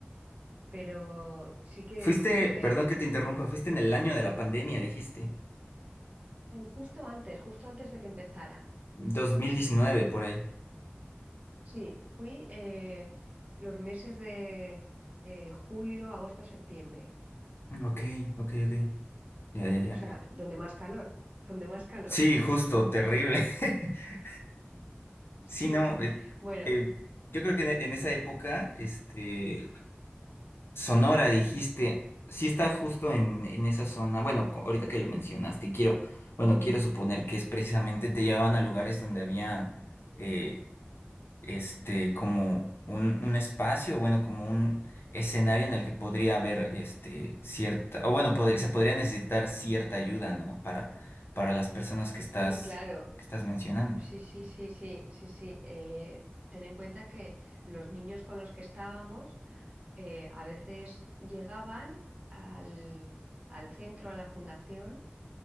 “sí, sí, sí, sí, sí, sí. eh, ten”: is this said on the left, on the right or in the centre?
Right